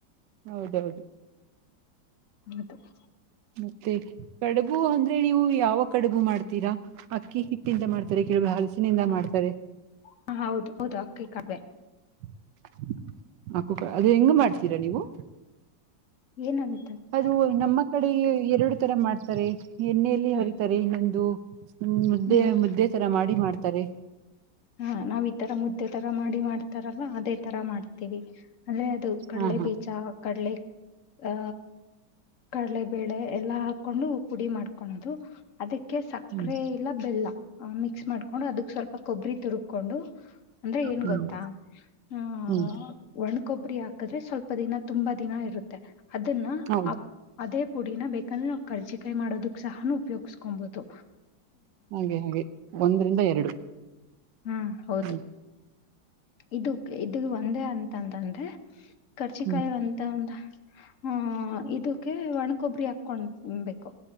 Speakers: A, on the right; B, on the left.
A: ಹೌದೌದು
B: ಹೌದು <inaudible>
A: ಮತ್ತೆ ಕಡುಬು ಅಂದ್ರೆ ನೀವು ಯಾವ ಕಡುಬು ಮಾಡ್ತೀರಾ ಅಕ್ಕಿ ಹಿಟ್ಟಿಂದ ಮಾಡ್ತಾರೆ ಕೆಲಬ ಹಲಸಿನಿಂದ ಮಾಡ್ತಾರೆ
B: ಹ ಹೌದ ಹೌದಾ ಕೈಕಾರಬ <inaudible>
A: <inaudible> ಹಾ ಕುೂ <inaudible> ಹೆಂಗ್ ಮಾಡ್ತೀರಾ ನೀವು
B: ಏನನ್
A: ಅದು ನಮ್ಮ ಕಡೆಗೆ ಎರಡು ಈ ತರ ಮಾಡ್ತಾರೆ ಎಣ್ಣೆಯಲ್ಲಿ
B: ಹ್ಮ್
A: ಹರಿತಾರೆ ಇನ್ನೊಂದು ಹ್ಮ ಮುದ್ದೆ
B: ಹ್ಮ್
A: ಮುದ್ದೆ ತರ ಮಾಡಿ ಮಾಡ್ತ ಸರಿ
B: ಹಾ ನಾವ್ ಈ ತರ ಮುದ್ದೆ ತರ ಮಾಡಿ ಮಾಡ್ತಾರಲ್ಲ ಅದೇ ತರ ಮಾಡ್ತೀವಿ ಅಂದ್ರೆ ಅದು ಕಡಲೆ
A: ಹಾ ಹಾ
B: ಬೀಜ ಕಡಲೆ ಆ ಕಡಲೆ ಬೇಳೆ ಎಲ್ಲಾ ಕೊಂಡು ಪುಡಿ ಮಾಡ್ಕೊೊಳ್ಳೋದು ಅದಕ್ಕೆ ಕೆ ಸಕ್ಕರೆ
A: ಹ್ಮ್
B: ಇಲ್ಲ ಬೆಲ್ಲ ಮಿ ಮಿಸ್ ಮಾಡಕು ಅದಕ್ ಸ್ವಲ್ಪ ಕೊಬ್ಬರಿ ತುಪ್ ಕೊಂಡು ಅಂದ್ರೆ ಏನ್
A: ಹ್ಮ್
B: ಗೊತ್ತಾ ಆ
A: ಹ್ಮ್
B: ಒಣಕೊಬ್ಬರಿ ಹಾಕಿದ್ರೆ ಸ್ವಲ್ಪ ದಿನ ತುಂಬಾ ದಿನ ಇರುತ್ತೆ ಅದನ್ನ
A: ಹೌದು
B: ಅದೇ ಪುಡಿನ ಬೇಕಂದ್ರೆ ನಾವು ಕರ್ಜಿಿಕಾಯಿ ಮಾಡೋದಕ್ ಸಹನು ಉಪಯೋಗ್ಸ್ಕೊಬಹುದು
A: ಹಾಗೆ ಹಾಗೆ ಒಂದರಿಂದ ಎರಡು
B: ಹ್ಮ ಹೌದು
A: ಹ್ಮ್
B: ಇದು ಇದು ಒಂದೇ ಅಂತಂತಂದ ಹ ಕರ್ಚಿಕಾಯಿ
A: ಹ್ಮ್
B: ಅಂತ ಉಟ ಹ ಇದಕ್ಕೆ ಒಣಕೊಬ್ಬರಿ ಹಾಕೊಬೇಕು